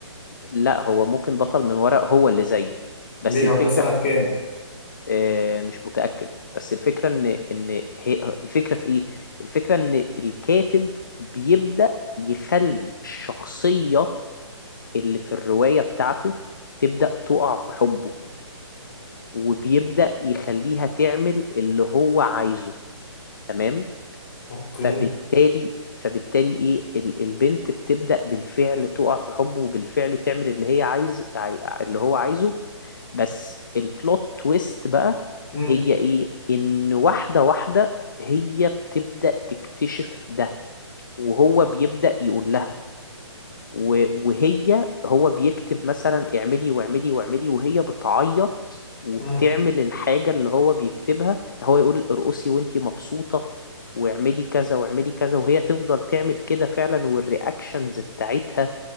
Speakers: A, on the left; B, on the left.
A: لا هو ممكن بطل من ورق هو اللي زيه بس
B: ليه
A: الفكرة
B: هو ده سنة
A: في
B: كام
A: آه مش متأكد بس الفكرة ان ان هي الفكرة في ايه الفكرة ان الكاتب بيبدأ يخلي الشخصية اللي في الرواية بتاعته تبدأ تقع في حبه وبيبدأ يخليها تعمل اللي هو عايزه تمام
B: اوكي
A: فبالتالي فبالتالي ايه ال- البنت بتبدأ بالفعل تقع في حبه وبالفعل تعمل اللي هي عايز عاي- اللي هو عايزه بس البلوت تويست بقى
B: مم.
A: هي ايه ان واحدة واحدة هي بتبدأ تكتشف ده وهو بيبدأ يقول لها و- وهي هو بيكتب مثلا اعملي واعملي واعملي وهي بتعيط وبتعمل
B: مم.
A: الحاجة اللي هو بيكتبها يعني هو يقول ارقصي وانتي مبسوطة واعملي كذا واعملي كذا وهي تفضل تعمل كده فعلا والرياكشنز بتاعتها